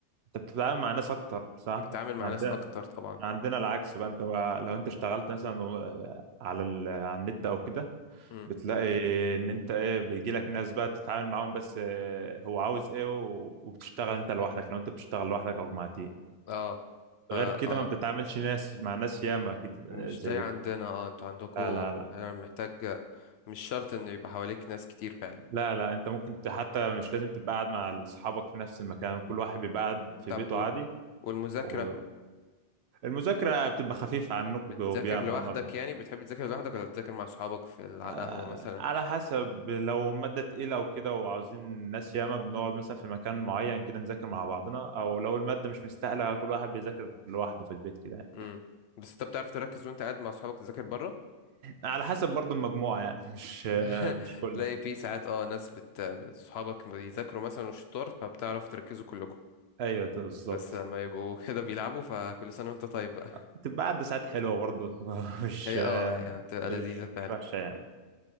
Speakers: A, on the right (about 65°); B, on the left (about 65°).
A: انت بتتعامل مع ناس اكتر صح
B: بتتعامل
A: احنا
B: مع
A: عندنا
B: ناس اكتر طبعا
A: إحنا عندنا العكس بقى انت بقى- لو انت اشتغلت مثلا على ال... على النت او كده
B: مم.
A: بتلاقي ان انت ايه بيجي لك ناس بقى تتعامل معاهم بس آه، هو عاوز ايه و... وبتشتغل انت لوحدك لو انت بتشتغل لوحدك او مع تيم
B: اه فا
A: غير كده
B: اه
A: ما بتتعاملش ناس مع ناس ياما اكيد
B: مش
A: آه، زيكم
B: زي عندنا اه انتوا عندكوا
A: لا لا لا
B: يعني محتاج مش شرط انه يبقى حواليك ناس كتير فعلا
A: لا لا انت ممكن ت- حتى مش لازم تبقى قاعد مع اصحابك في نفس المكان كل واحد بيبقى قاعد في
B: طب
A: بيته
B: و-
A: عادي
B: والمذاكرة
A: والمذاكرة بتبقى خفيفة عنكم
B: بتذاكر
A: وبياما
B: لوحدك
A: على ما اظن
B: يعني بتحب تذاكر لوحدك ولا تذاكر مع صحابك في ال- على
A: آه،
B: القهوة مثلا
A: على حسب لو مادة تقيلة وكده وعاوزين ناس ياما بنقعد مثلا في مكان معين كده نذاكر مع بعضنا او لو المادة مش مستاهلة كل واحد بيذاكر لوحده في البيت كده يعني
B: امم بس انت بتعرف تركز وانت قاعد مع صحابك تذاكر بره
A: على حسب برضو المجموعة يعني مش
B: <laughs>
A: آه، مش كل
B: تلاقي في ساعات اه ناس بت صحابك بيذاكروا مثلا وشطار فبتعرف تركزوا كلكم
A: ايوه بالظبط
B: بس لما يبقوا <laughs> كده بيلعبوا فكل سنة وانت طيب بقى
A: بتبقى قاعدة ساعات حلوة برضه <laughs>
B: <laughs>
A: مش
B: هي اه هي بتبقى لذيذة
A: مش مش
B: فعلا
A: وحشة يعني